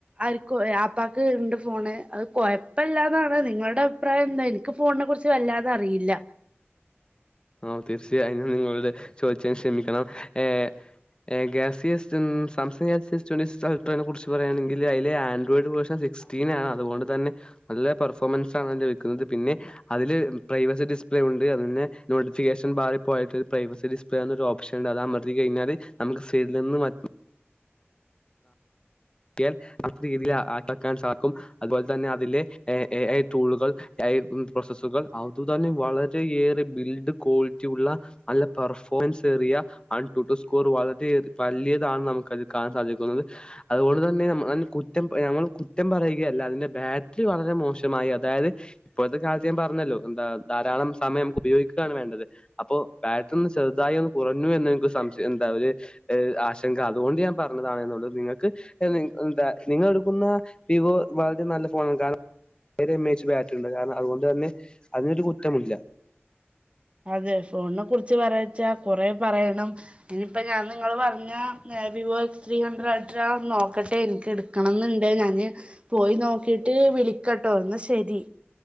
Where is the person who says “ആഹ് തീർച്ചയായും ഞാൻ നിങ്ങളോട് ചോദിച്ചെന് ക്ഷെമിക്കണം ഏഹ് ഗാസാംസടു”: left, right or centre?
Left